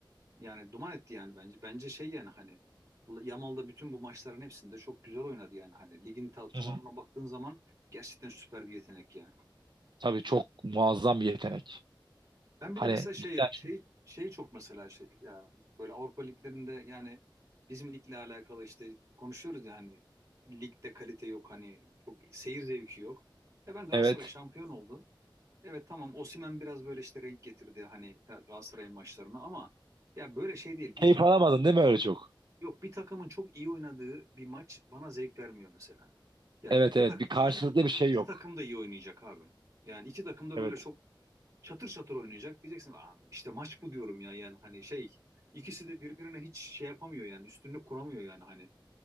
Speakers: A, on the right; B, on the right.
A: yani duman etti yani bence. Bence şey yani hani Yamal da bütün bu maçların hepsinde çok güzel oynadı yani hani ligin ta- tamamına
B: Hı hı.
A: baktığın zaman gerçekten süper bir yetenek ya.
B: Tabii çok muazzam bir yetenek.
A: Ben
B: Hani
A: bir de mesela şey
B: cidden
A: şey şeyi çok mesela şey ya böyle Avrupa liglerinde yani bizim ligle alakalı işte konuşuyoruz yani ligde kalite yok hani çok seyir zevki yok. Ya ben Galatasaray
B: evet
A: şampiyon oldu. Evet tamam Osimhen biraz böyle işte renk getirdi hani Galatasaray'ın maçlarına ama ya böyle şey değil bir
B: keyif
A: takım
B: alamadın değil mi öyle çok?
A: yok bir takımın çok iyi oynadığı bir maç bana zevk vermiyor mesela. Ya
B: Evet
A: iki
B: evet
A: tak
B: bir karşılıklı
A: iki,
B: bir şey
A: iki
B: yok.
A: takım da iyi oynayacak abi. Yani iki takım da
B: Evet
A: böyle çok çatır çatır oynayacak diyeceksin Aa, işte maç bu diyorum ya yani hani şey ikisi de birbirine hiç şey yapamıyor yani üstünlük kuramıyor yani hani.